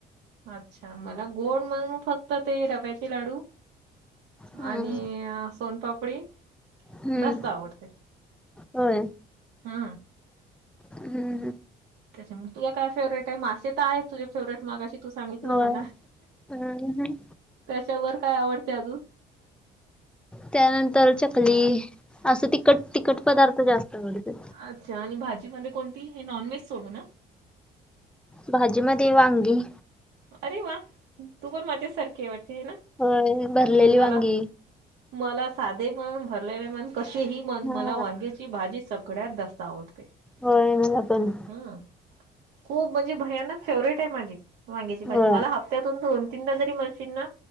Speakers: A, on the right (about 75°); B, in the centre.
A: अच्छा मला गोड म्हणून फक्त ते रव्याचे लाडू
B: हम्म
A: आणि सोनपापडी
B: हम्म
A: जास्त आवडते.
B: होय.
A: हा
B: हम्म
A: त्याच्यामुळे तुझ काय फेवरेट आहे मासे तर आहेत तुझे फेवरेट मघाचशि तू सांगितलं
B: होय
A: मला.
B: हम्म
A: त्याच्यावर काय आवडते अजून?
B: त्यानंतर चकली असं तिखट तिखट पदार्थ जास्त आवडत्या.
A: अच्छा आणि भाजीमध्ये कोणती हे नॉनव्हेज सोडू न
B: भाजी मध्ये वांगी.
A: अरे वा तू पण माझ्या सारखी वाटते आहे ना.
B: होय भरलेली
A: मला
B: वांगी.
A: मला साधे पण भरलेले मन कसेही मन
B: हा
A: मला वांगे ची भाजी सगळ्यात जास्त आवडते.
B: हो मला पण.
A: ह खूप म्हणजे भयानक फेवरेट आहे माझी वांग्याची भाजी
B: होय
A: मला ह त्यातून दोन तीनदा जरी म्हशीन ना